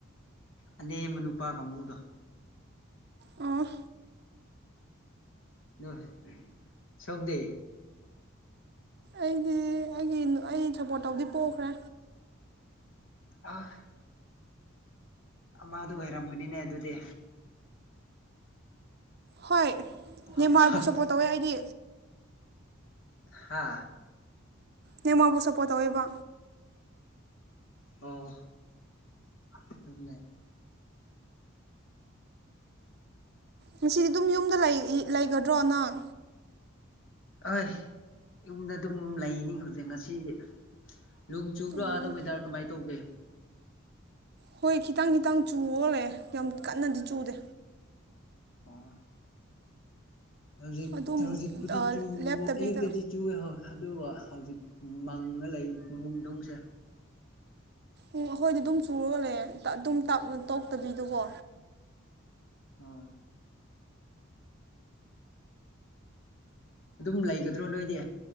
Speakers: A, on the left; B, on the right.
A: ꯑ ꯃꯅꯨꯄꯥ ꯀꯥꯡꯕꯨꯗ
B: ꯑꯣ
A: ꯣꯏ ꯁꯣꯛꯗ
B: ꯑꯩꯗꯤ ꯑꯩꯒꯤ ꯑꯩ ꯁꯞꯄꯣꯔꯠ ꯇꯧꯗꯤ ꯄꯣꯛꯈ꯭ꯔꯦ
A: ꯑ ꯃꯥꯗꯨ ꯑꯣꯏꯔꯝꯒꯅꯤꯅꯦ ꯑꯗꯨꯗꯤ
B: ꯍꯣꯏ ꯅꯦꯝꯃꯥꯔꯕꯨ
A: ꯑꯁ
B: ꯁꯞꯄꯣꯔꯠ ꯇꯧꯋꯦ ꯑꯩꯗꯤ
A: ꯍꯥꯥ
B: ꯅ ꯃꯣꯏꯕꯨ ꯁꯞꯄꯣꯔꯠ ꯇꯧꯋꯤꯕ
A: ꯑꯣ ꯑꯗꯨꯅꯦ
B: ꯉꯁꯤꯗꯤ ꯑꯗꯨꯝ ꯌꯨꯝꯗ ꯂꯩꯒꯗ꯭ꯔꯣ ꯅꯪ
A: ꯑꯍꯣꯏ ꯌꯨꯝꯗ ꯑꯗꯨꯝ ꯂꯩꯅꯤ ꯍꯧꯖꯤꯛ ꯉꯁꯤꯗꯤ ꯅꯣꯡ ꯆꯨꯕ꯭ꯔꯥ
B: ꯎꯝ
A: ꯑꯗ ꯋꯦꯗꯔ ꯀꯃꯥꯏꯅ ꯇꯧꯒꯦ
B: ꯍꯣꯏ ꯈꯤꯇꯪ ꯈꯤꯇꯪ ꯆꯨꯍꯣꯜꯂꯦ ꯌꯥꯝ ꯀꯟꯅꯗꯤ ꯆꯨꯗꯦ
A: ꯑꯣ ꯍꯧꯖꯤꯛ
B: ꯑꯗꯨꯝ
A: ꯍꯧꯖꯤꯛꯄꯨꯗꯤ
B: ꯑ
A: ꯆꯨ
B: ꯂꯦꯞꯇꯕꯤꯗ
A: ꯑꯌꯨꯛꯇꯗꯤ ꯆꯨꯏꯍꯣꯏ ꯑꯗꯨꯒ ꯍꯧꯖꯤꯛ ꯃꯪꯉ ꯂꯩꯨꯛ ꯅꯨꯡꯁꯦ
B: ꯎ ꯑꯩꯈꯣꯏꯗꯤ ꯑꯗꯨꯝ ꯆꯨꯔꯣꯂꯦ ꯑꯗꯨꯝ ꯇꯣꯛꯇꯕꯤꯗꯀꯣ
A: ꯑꯣꯝ ꯑꯗꯨꯝ ꯂꯩꯒꯗ꯭ꯔꯣ ꯅꯣꯏꯗꯤ